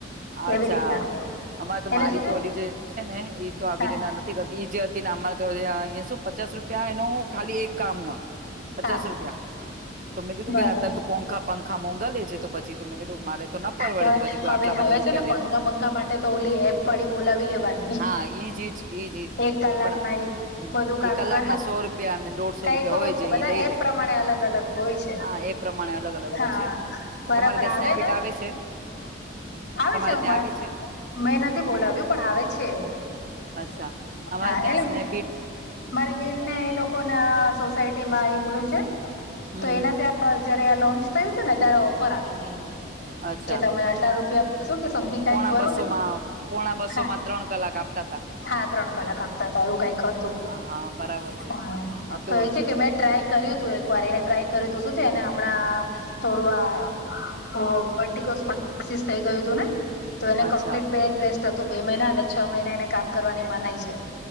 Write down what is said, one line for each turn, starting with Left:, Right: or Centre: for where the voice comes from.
Right: અચ્છા
Left: એવી રીતના
Right: અમાં તો
Left: એટલે
Right: મારી
Left: શું છે
Right: તો ઓલી જે છે, ને ઈ તો આવી
Left: હા
Right: રના નથી કરતી જ તે નાંર તો અહીંયા શું પચાસ રૂપિયા એનો ખાલી એક કામ ન પચાસ
Left: હા
Right: રૂપિયા તો મે કી તું
Left: બરોબર
Right: કેતા તું પંખા પંખા આ મોંધાલેે છે, તો પછી ત મે કીધું મારે તો ન પરડે
Left: હવે
Right: તોછી તું આટલા
Left: હવે
Right: બધા રૂપિયા
Left: છે, ને પંખા
Right: લેતો
Left: બંખા માટે તો ઓલી એપ વાળી બોલાવી લેવાની
Right: હા ઈજ ઈજ ઈજ ઈજ
Left: એક કલાક
Right: પણ
Left: ના એક બધું કામ
Right: એ કલાક
Left: કરાવે
Right: ના સો રૂપિયા અને દોઢસો
Left: કઈક
Right: રૂપિયા હોય છે,
Left: બધા
Right: એ લઈ
Left: એપ
Right: લે.
Left: પ્રમાણે અલગ અલગ હોય છે
Right: હા એ પ્રમાણે અલગ- અલગ
Left: હા
Right: હોય છે.
Left: બરાબર
Right: તમારે ત્યાં સ્નેપ બીટ
Left: ને
Right: આવે છે.
Left: આવે
Right: તમારે
Left: છે, હું
Right: ત્યાં આવે છે
Left: મેં નથી બોલાવ્યું પણ આવે છે.
Right: અચ્છા અમારે
Left: હા
Right: ત્યાં
Left: એટલે
Right: સ્નેપ બીટ
Left: મારી બેનને એ લોકો ના સોસાયટી માં એ મુલન છે.
Right: હમ
Left: તો
Right: હમ
Left: એના ત્યાં જયારે આ લોન્ચ થયું હતું, ને ત્યારે ઓફર આવી
Right: અચ્છા
Left: કે તમે આટલા રૂપિયા શું કે સમથિંગ
Right: પોણા
Left: કઈ બરો
Right: બસો
Left: ને
Right: માં પોણા બસો
Left: હા.
Right: માં ત્રણ કલાક આપતા તા
Left: હા, ત્રણ કલાક આપતા હતા એવું કંઈક હતું.
Right: હા બરાબર છે
Left: હા
Right: હતું
Left: તો એ
Right: હતું
Left: છે, કે મેં ટ્રાય કર્યું તું એક વાર એને ટ્રાય તેને હમણાં થોડું આ ઓ વર્ટિકોસસ થઈ ગયું હતું, ને. તો એને કમ્પ્લીટ
Right: અચ્છા
Left: બેડ રેસ્ટ હતું બે મહિના અને છ મહિના એને કામ કરવાની મનાય છે,